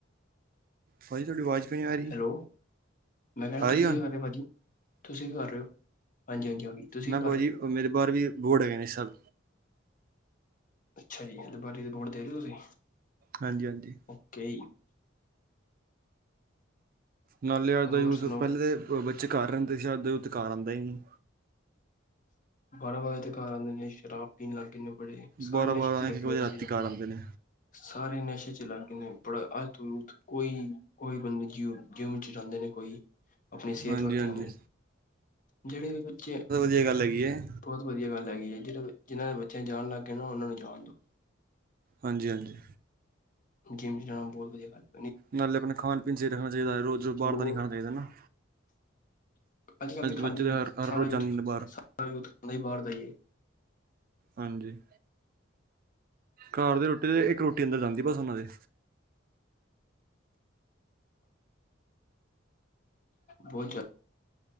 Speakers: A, on the right; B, on the left.
A: ਭਾਜੀ ਤੁਹਾਡੀ ਆਵਾਜ਼ ਕਿਉਂ ਨਹੀਂ ਆ ਰਹੀ
B: ਹੈਲੋ, ਮੈਂ ਕਹਿਣਾ
A: ਆ
B: ਤੁਸੀਂ
A: ਰਹੀ ਹੁਣ
B: ਕੀ ਕਰ ਰਹੇ ਹੋ ਭਾਜੀ, ਤੁਸੀ ਕੀ ਕਰ ਰਹੇ ਔ, ਹਾਂਜੀ ਹਾਂਜੀ ਤੁਸੀਂ
A: ਮੈਂ
B: ਕੀ ਕਰ
A: ਕਿਹਾ
B: ਰਹੇ
A: ਜੀ,
B: ਹੋ
A: ਮੇਰੇ ਬਾਹਰ ਵੀ, ਬੋਰਡ ਹੈ ਗਏ ਸਤ
B: ਅੱਛਾ ਜੀ, ਗੱਲ ਬਾਰੀ ਦੀ ਰਿਪੋਰਟ ਦੇ ਰਹੇ ਹੋ ਤੁਸੀਂ
A: ਹਾਂਜੀ ਹਾਂਜੀ
B: ਓਕੇ
A: ਨਾਲੇ ਅੱਜ
B: ਹੋਰ
A: ਦਾ ਯੂਥ,
B: ਸੁਣਾਓ
A: ਪਹਿਲੇ ਦੇ ਬੱਚੇ ਘਰ ਰਹਿੰਦੇ ਸੀ, ਅੱਜ ਦਾ ਯੂਥ ਘਰ ਆਉਂਦਾ ਹੀ ਨਹੀਂ
B: ਬਾਰਾਂ ਵਜੇ ਤੇ ਘਰ ਆਂਦੇ ਨੇ, ਸ਼ਰਾਬ ਪੀਣ ਲੱਗ ਜਾਂਏ ਨੇ ਬੜੇ, ਸਾਰੇ
A: ਬਾਰਾਂ
B: ਨਸ਼ੇ
A: ਬਾਰਾਂ
B: ਚ
A: ਇੱਕ
B: ਲੱਗੇ
A: ਇੱਕ ਵਜੇ
B: ਹੋਏ
A: ਰਾਤੀ
B: ਨੇ ਜ
A: ਘਰ ਆਉਂਦੇ ਨੇ
B: ਸਾਰੇ ਨਸ਼ੇ ਚ ਲਾਗ ਗੇ ਨੇ, ਬੜਾ ਆ ਯੂਥ, ਕੋਈ ਕੋਈ ਬੰਦਾ ਜੀਓ ਜਿੰਮ ਚ ਜਾਂਦੇ ਨੇ ਕੋਈ, ਆਪਣੀ ਸਿਹਤ
A: ਹਾਂਜੀ
B: ਵ
A: ਹਾਂਜੀ
B: ਧਿਆਨ ਦੇ, ਜਿਹੜੇ ਵੀ ਬੱਚੇ
A: ਕੀ ਗੱਲ ਹੈਗੀ ਐ।
B: ਬਹੁਤ ਵਧੀਆ ਗੱਲ ਹੈਗੀ ਹੈ, ਜਿਹੜਾ ਜਿਹਨ੍ਹਾਂ ਦੇ ਬੱਚਿਆਂ ਜਾਣ ਲੱਗ ਗਏ ਨਾ, ਉਹਨਾਂ ਨੂੰ ਜਾਣ ਦਿਉ।
A: ਹਾਂਜੀ-ਹਾਂਜੀ,
B: ਜਿਮ ਚ ਜਾਣਾ ਬਹੁਤ ਵਧੀਆ ਗੱਲ ਐ।
A: ਨਾਲੇ ਆਪਨੇ ਖਾਣ ਪੀਣ ਰੱਖਣਾ ਚਾਹੀਦਾ, ਰੋਜ਼ ਰੋਜ਼ ਬਾਹਰ
B: ਹੋਰ
A: ਦਾ ਨੀ ਖਾਣਾ ਚਾਹੀਦਾ ਹੈਨਾ।
B: ਅੱਜ ਕੱਲ ਦੇ ਖਾਂਦੇ
A: ਬੱਚੇ ਤਾਂ ਹਰ ਹਰ
B: ਸਾਰਾ
A: ਰੋਜ਼
B: ਯੂਥ
A: ਜਾਂਦੇ ਨੇ ਬਾਹਰ
B: ਸਾਰਾ ਯੂਥ, ਖਾਂਦਾ ਹੀ ਬਾਹਰ ਦਾ ਹੀ ਐ।
A: ਹਾਂਜੀ, ਘਰ ਦੀ ਰੋਟੀ, ਇੱਕ ਰੋਟੀ ਅੰਦਰ ਜਾਂਦੀ ਬਸ ਉਹਨਾਂ ਦੇ
B: ਬਹੁਤ ਜ਼ਿਆਦਾ।